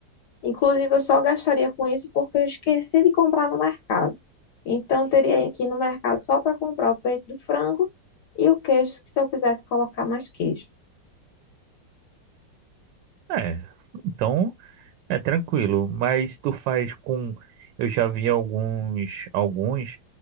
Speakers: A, on the left; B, on the right.
A: Inclusive, eu só gastaria com isso porque eu esqueci de comprar no mercado. Então, eu teria que ir no mercado só para comprar o peito do frango e o queijo, se eu quisesse colocar mais queijo.
B: É, então É tranquilo, mas tu faz com. Eu já vi alguns, alguns